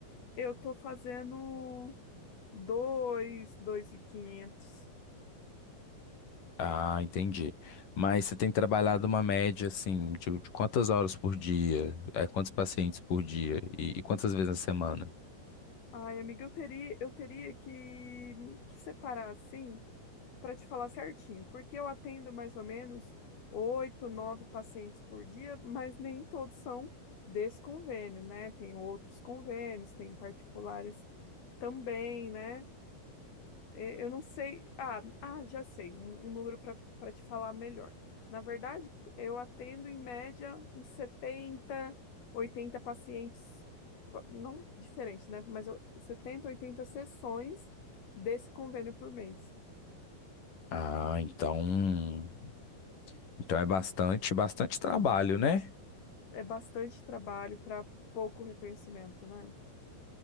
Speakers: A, on the left (about 75°); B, on the left (about 55°).
A: eu tô fazendo dois, dois e quinhentos.
B: Ah, entendi. Mas você tem trabalhado uma média, assim, de, de quantas horas por dia? É, quantos pacientes por dia? E, e quantas vezes na semana?
A: Ai, amiga, eu teria, eu teria que, que separar assim. para te falar certinho, porque eu atendo mais ou menos oito, nove pacientes por dia, mas nem todos são desse convênio, né? Tem outros convênios, tem particulares também, né? E- Eu não sei. Ah, ah, já sei, um, um número para para te falar melhor. Na verdade, eu atendo em média uns 70, 80 pacientes, não diferentes, né? Mas eu- 70, 80 sessões desse convênio por mês.
B: Ah, então. Então é bastante, bastante trabalho, né?
A: é bastante trabalho para pouco reconhecimento, né?